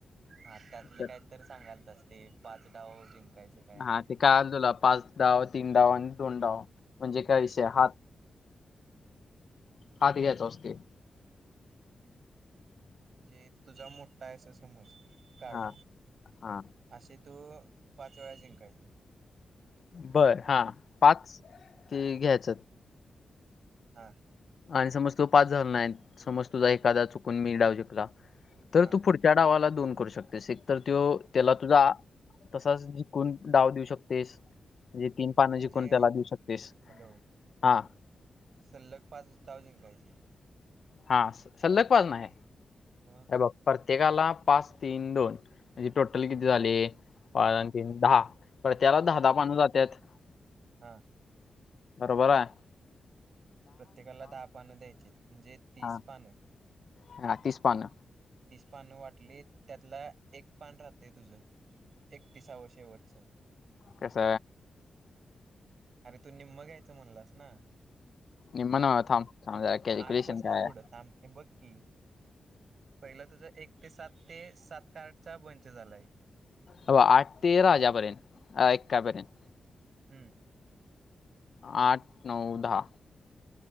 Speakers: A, on the right; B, on the left.
A: हा त्यातलं
B: तर
A: काय तरी सांगालतास ते पाच डाव जिंकायचं काय
B: हा ते कळाल तुला पाच डाव तीन डाव आणि दोन डाव म्हणजे काय विषय हात हाात घ्यायच असतोय
A: म्हणजे तुझा मोठा आहे अस समज कार्ड
B: हा हा
A: असे तू पाच वेळा जिंकायच
B: बरं हा पाच ते घ्यायच
A: हा
B: आणि समज तू पाच झाल नाही समज तुझा एखादा चुकून मी डाव जिकला तर
A: हां
B: तू पुढच्या डावाला दोन करू शकतेस एक तर त्या त्याला तुझा तसाच जिकून डाव देऊ शकतेस म्हे तीन पानं
A: म्हणजे
B: जिकून त्याला देऊ शकतेस
A: हॅलो
B: हा
A: सलग पाच डाव जिकांयचे
B: हा सल्लग पान नाही
A: मग
B: अबक प्रत्येकाला पाच तीन दोन म्हणजे टोटल किती झाले पाच आणि. तीन दहा परतेकाला दहा दहा पानं जातात
A: हा
B: बरोबर हाय
A: प्रत्येकाला दहा पानं द्यायची म्हणजे तीस
B: हा
A: पानं
B: हा तीस पान
A: तीस पान वाटलीत त्यातला एक पान राहतंय तुझं एक तिसावं शेवटचं
B: कस
A: अरे तू निम्म घ्यायचं म्हणलास ना
B: निम्म नव्ह थांब थांब जरा कॅल्क्युलेशन
A: आठ पसन
B: काय
A: पुडत
B: आहे
A: आ बघ कि पहिलं तुझं एक ते सात ते सात कार्डचा बंच झालाय
B: अ आठ ते राजा पर्यंत अ एकापर्यंत
A: हम्म
B: आठ नऊ दहा